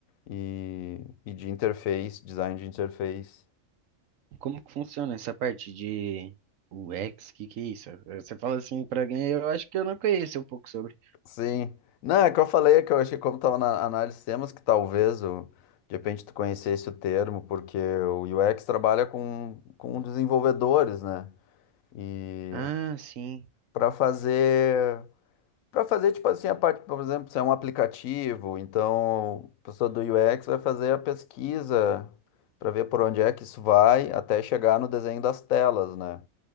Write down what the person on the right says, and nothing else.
Como que funciona essa parte de UX? Que que é isso? Você fala assim pra alguém, eu acho que eu não conheço um pouco sobre.
Ah, sim.